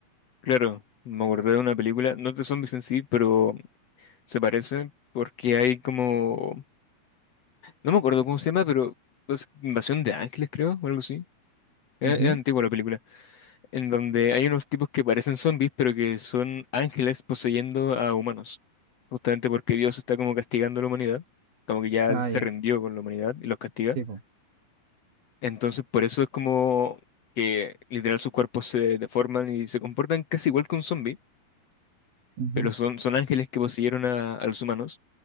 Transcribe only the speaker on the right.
Ujú.
Ah,
ya,
sí, po.
Ujú.